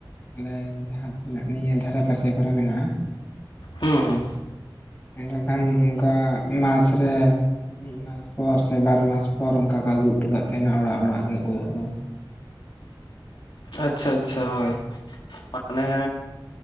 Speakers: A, on the left (about 20°); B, on the left (about 70°).
A: ᱟᱞᱮ ᱡᱟᱦᱟᱸ ᱛᱤᱱᱟᱹᱜ ᱱᱤᱭᱟᱹ ᱫᱷᱟᱨᱮ ᱯᱟᱥᱮ ᱠᱚᱨᱮ ᱢᱮᱱᱟᱜ-ᱟ᱾
B: ᱦᱩᱸ ᱦᱩᱸ᱾
A: ᱮᱰᱮᱠᱷᱟᱱ ᱱᱚᱝᱠᱟ ᱢᱟᱥ ᱨᱮ ᱢᱤᱫ ᱢᱟᱥ ᱢᱟᱥ ᱯᱚᱨ ᱥᱮ ᱵᱟᱨ ᱢᱟᱥ ᱯᱚᱨ ᱚᱱᱠᱟ ᱠᱚ ᱟᱹᱜᱩ ᱦᱚᱴᱚ ᱠᱟᱫ ᱛᱟᱦᱮᱱᱟ ᱚᱲᱟᱜ ᱚᱲᱟᱜ ᱜᱮ ᱳᱫ ᱫᱚ᱾
B: ᱟᱪᱪᱷᱟ ᱟᱪᱪᱷᱟ ᱦᱳᱭ ᱢᱟᱱᱮ